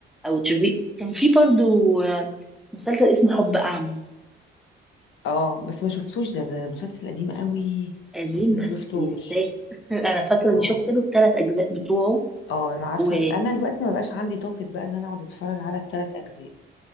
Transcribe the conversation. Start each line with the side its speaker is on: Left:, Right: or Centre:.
Centre: او تشوفي كان في برضو آه، مسلسل اسمه حب اعمى
Left: اه بس ما شفتوش ده ده مسلسل قديم قوي
Centre: قديم
Left: بس
Centre: بس
Left: ما شفتوش
Centre: يستاهل <laughs> انا فاكره
Left: اه
Centre: اني شفت له الثلاث اجزاء بتوعه
Left: اه انا عارفة
Centre: و
Left: إن- انا دلوقتي ما بقاش عندي طاقة بقى ان انا اقعد اتفرج على الثلاث اجزاء